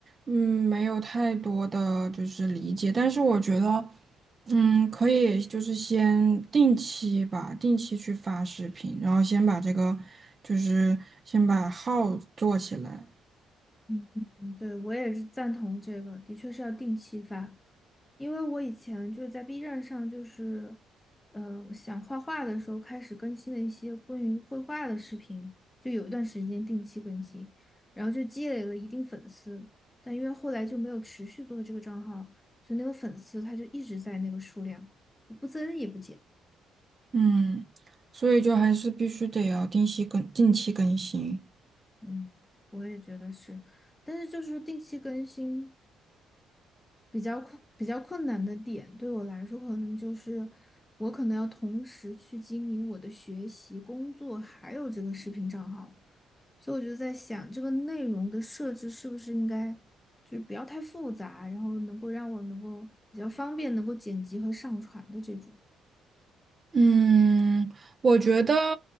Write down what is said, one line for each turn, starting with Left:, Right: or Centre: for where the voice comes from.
Right: 嗯，没有太多的就是理解，但是我觉得，嗯，可以就是先定期吧，定期去发视频，然后先把这个就是先把号做起来，
Left: 嗯，嗯嗯，对，我也是赞同这个，的确是要定期发，因为我以前就是在 B 站上，就是，呃，想画画的时候开始更新了一些关于绘画的视频，就有一段时间定期更新，然后就积累了一定粉丝，但因为后来就没有持续做这个账号，所以那个粉丝他就一直在那个数量，不增也不减。
Right: 嗯，所以就还是必须得要定期更定期更新。
Left: 嗯，我也觉得是，但是就是定期更新。比较困比较困难的点，对我来说可能就是我可能要同时去经营我的学习、工作，还有这个视频账号，所以我就在想，这个内容的设置是不是应该就是不要太复杂，然后能够让我能够比较方便能够剪辑和上传的这种。
Right: 嗯，我觉得，